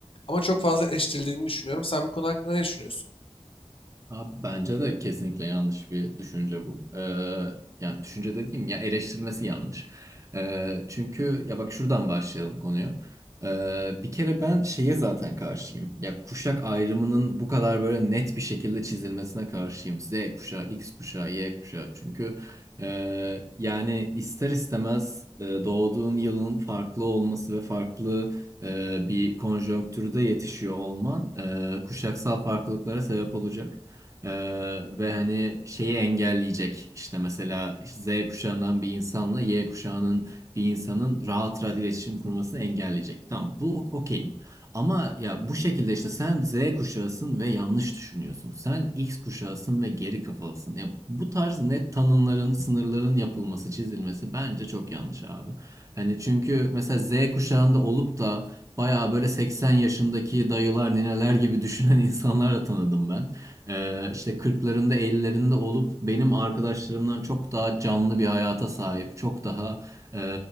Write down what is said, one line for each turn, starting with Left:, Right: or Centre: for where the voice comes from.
Left: Ama çok fazla eleştirildiğini düşünüyorum. Sen bu konu hakkında ne düşünüyorsun?
Right: Abi bence de kesinlikle yanlış bir düşünce bu. Ee, yani düşünce dediğim ya eleştirmesi yanlış. Ee, çünkü ya bak şuradan başlayalım konuya. Ee, bir kere ben şeye zaten karşıyım. Ya kuşak ayrımının bu kadar böyle net bir şekilde çizilmesine karşıyım. Z kuşağı, X kuşağı, Y kuşağı. Çünkü e, yani ister istemez e, doğduğun yılın farklı olması ve farklı e, bir konjonktürde yetişiyor olman e, kuşaksal farklılıklara sebep olacak. Ee, ve hani şeyi engelleyecek işte mesela işte Z kuşağından bir insanla Y kuşağının bir insanın rahat rahat iletişim kurmasını engelleyecek. Tamam bu o- okeyim. Ama ya bu şekilde işte sen Z kuşağısın ve yanlış düşünüyorsun. Sen X kuşağısın ve geri kafalısın. Ya bu tarz net tanımların, sınırların yapılması, çizilmesi bence çok yanlış abi. Hani çünkü mesela Z kuşağında olup da bayağı böyle 80 yaşındaki dayılar, nineler gibi <laughs> düşünen insanlarla tanıdım ben. Ee, işte kırklarında 50'lerinde olup benim arkadaşlarımdan çok daha canlı bir hayata sahip, çok daha e,